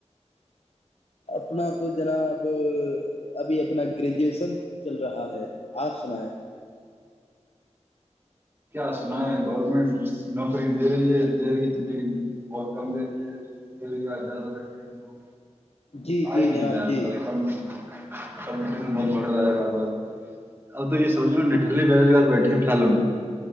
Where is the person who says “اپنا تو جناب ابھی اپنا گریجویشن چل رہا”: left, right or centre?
Left